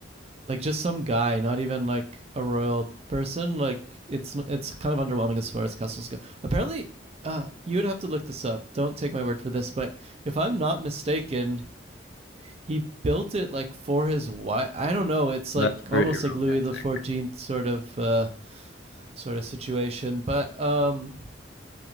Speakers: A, on the right (about 30°); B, on the left (about 60°).
A: like just some guy, not even like a royal person. Like it's it's kind of underwhelming as far as castles go. Apparently, uh, you would have to look this up. Don't take my word for this, but if I'm not mistaken, he built it like for his wife. I don't know. It's like
B: That's pretty
A: almost
B: romantic.
A: like Louis the Fourteenth sort of uh, sort of situation. But um,